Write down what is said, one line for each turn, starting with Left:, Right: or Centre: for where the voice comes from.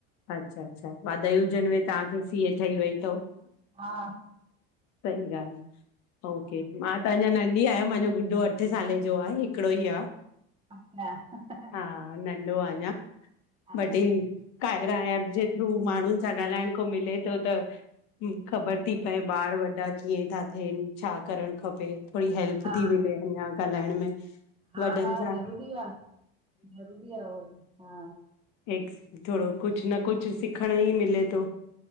Left: अच्छा-अच्छा वाधायूं हुजनव तव्हांखे सीए ठही वई तव
Right: हा।
Left: सही ॻाल्ह
Right: हा
Left: आ ओके, मां त अंञां नंढी आहियां मांजो गुॾो अ अठे साले जो आहे हिकड़ो ई आ।
Right: अच्छा।
Left: हा नंढो आ अंञां,
Right: हा
Left: ॿड्ड हे कायरा एप जे थ्रू माण्ंहुनि सां ॻाल्हाइण को मिले तो त हुं ख़बर ती पए ॿार व ॾा कीअं था थियेन, छा करण खपे थोड़ी हेल्प
Right: हा
Left: ती मिले अंञां ॻाल्हाइण में
Right: हा
Left: वॾनि
Right: हा
Left: सां
Right: ज़रूरी आ ज़रूरी आ उ हा
Left: एक्स थोड़ो कुछ न कुछ सिखणु ई मिले तो।